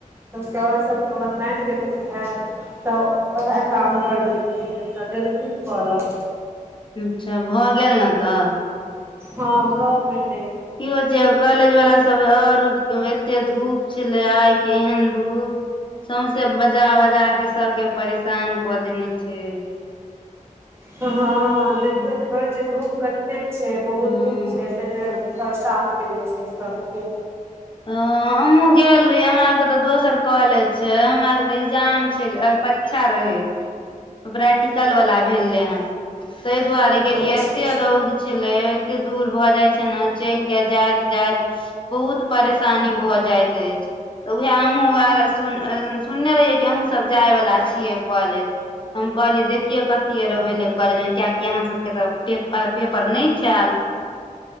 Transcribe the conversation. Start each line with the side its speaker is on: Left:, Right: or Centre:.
Right: त त आओर सब मगर मानि गेलखिन ह। तऽ उएह काम करबेलखिन तऽ देलखिन फॉर्म
Left: अच्छा, भऽ गेल ने तऽ?
Right: हँ भऽ गेलै।
Left: की होइ छै कॉलेजवला सभ, आओर एते धूप छलै आइके, एहन धूप? सौंसे बजा बजा के सबके परेशान कऽ देने छै।
Right: हँ हँ
Left: हूं
Right: देखबै तऽ करै छै धूप कत एह छै, बहुत
Left: हूं
Right: दूर छै तऽ परेशान केने छै सभके।
Left: हँ हमहुँ गेल रहियै हमरा आरके तऽ दोसर कॉलेज छै हम आरके एग्जाम छै, परीक्षा रहै प्रैक्टिकल वाला भेल रहे हे। ताहि दुआरे गेलियै,
Right: अच्छा
Left: एते रौद छलै, एते दूर भऽ जाय छै ने, चलि के जाइत-जाइत बहुत परेशानी भऽ जाइत अछि। तऽ उएह हमहूँ आ सुन-सुनने रहियै कि अहूँ सभ जायवला छियै कॉलेज। हम कहलियै देखियए कथीर भेलै कॉलेज मे कियेकि अहाँ सब के तऽ पेपर-पेपर नय छेल।